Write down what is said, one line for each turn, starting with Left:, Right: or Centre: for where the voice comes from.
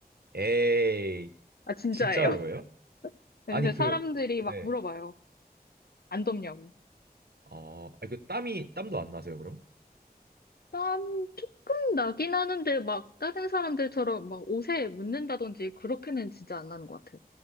Right: 에이,
Left: 아, 진짜예요.
Right: 진짜 어려워요?
Left: <laughs> 그래서
Right: 아니
Left: 그
Right: 그
Left: 사람들이
Right: 네.
Left: 막 물어봐요. 안 덥냐고.
Right: 어, 아니 그 땀이 땀도 안 나세요, 그럼?
Left: 땀 조금 나긴 하는데 막 다른 사람들처럼 막 옷에 묻는다든지 그렇게는 진짜 안 나는 것 같아요.